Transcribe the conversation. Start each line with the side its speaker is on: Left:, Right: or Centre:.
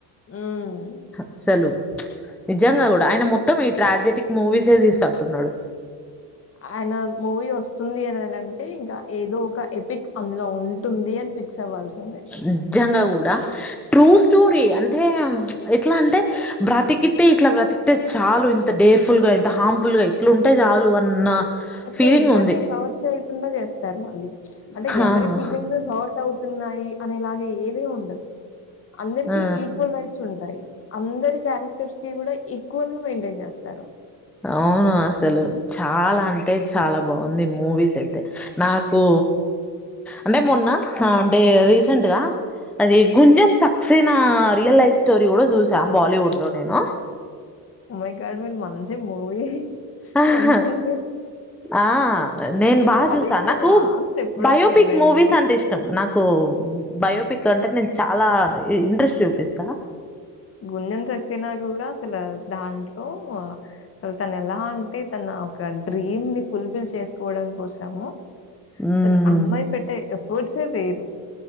Left: ఉమ్
Centre: అసలు నిజంగా కూడా ఆయన మొత్తం ఈ ట్రాజెటిక్ మూవీసే తీస్త అంటున్నాడు
Left: అయన మూవీ వస్తుంది అనింటే ఇంకా ఏదో ఒక ఎపిక్ అందులో ఉంటుంది అని ఫిక్స్ అవ్వాల్సిందే
Centre: నిజంగా కూడా స్టోరీ అంటే ఎట్లా అంటే బ్రతికితే ఇట్లా బ్రతికితే చాలు ఇంత డేర్ఫుల్ గా ఇంత హార్మ్ఫుల్ గా ఎట్లా ఉంటాయి చాలు అన్న
Left: అట్డ
Centre: ఫీలింగ్
Left: ఎవరిని
Centre: ఉంది
Left: హర్ట్ చేయకుండా చేస్తారు మళ్ళీ అంటే ఎవరి
Centre: ఆహా.
Left: ఫీలింగ్స్ హర్ట్ అవు తున్నాయి అనేలాగ ఏవే ఉండదు అందరికి
Centre: ఆ
Left: ఈక్వల్ రైట్స్ ఉంటాయి అందరి క్యారెక్టర్స్ కి కూడా ఈక్వల్ గా మెయింటైన్ చేస్తారు
Centre: అవును అసలు చాలా అంటే చాలా బాగుంది మూవీస్ అయితే నాకు అంటే మొన్న అంటే రీసెంట్గా అది గుంజన్ సక్సెస్ అయిన రియల్ లైఫ్ స్టోరీ కూడా చూసా బాలీవుడ్ లో నేను
Left: ఓ మై గాడ్ మీ మంచి మూవీ
Centre: ఆహా
Left: సెంస్ ఉంది
Centre: ఆ నేను బాగా
Left: అది
Centre: చూసా
Left: గూడా
Centre: నాకు
Left: లాస్ట్ ఎప్పుడో
Centre: బయోపిక్
Left: నేను
Centre: మూవీస్ అంటే ఇష్టం నాకు బయోపిక్ కంటే నేను చాలా ఇంట్రెస్ట్ చూపిస్తా
Left: గుజెం చసినా కూడా అసలు దాంట్లో అసలు తను ఎలా అంటే తన ఒక డ్రీమ్ ని ఫుల్ఫిల్ చేసుకోవడం కోసము
Centre: మ్మ్
Left: అసలు అమ్మాయి పెట్టే ఎఫెర్ట్సే వేరు